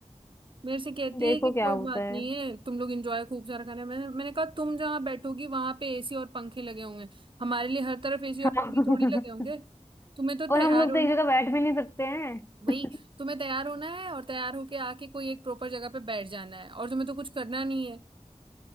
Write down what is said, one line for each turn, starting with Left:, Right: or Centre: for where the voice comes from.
Right: मेरे से कहती
Left: देखो
Right: है कि
Left: क्या
Right: कोई
Left: होता
Right: बात
Left: है
Right: नहीं है तुम लोग एंजॉय खूब सारा करना मैंने मैंने कहा तुम जहाँ बैठोगी वहां पे एसी और पंखे लगे होंगे हमारे लिए हर तरफ एसी
Left: हाँ
Right: और पंखे थोड़ी लगे
Left: <laughs>
Right: होंगे तुम्हें तो
Left: और
Right: तैयार
Left: हम लोग
Right: होना
Left: तो एक जगह
Right: है
Left: बैठ भी नहीं सकते हैं
Right: वही
Left: <laughs>
Right: तुम्हें तैयार होना है और तैयार होके आके कोई एक प्रॉपर जगह पे बैठ जाना है और तुम्हें तो कुछ करना नहीं है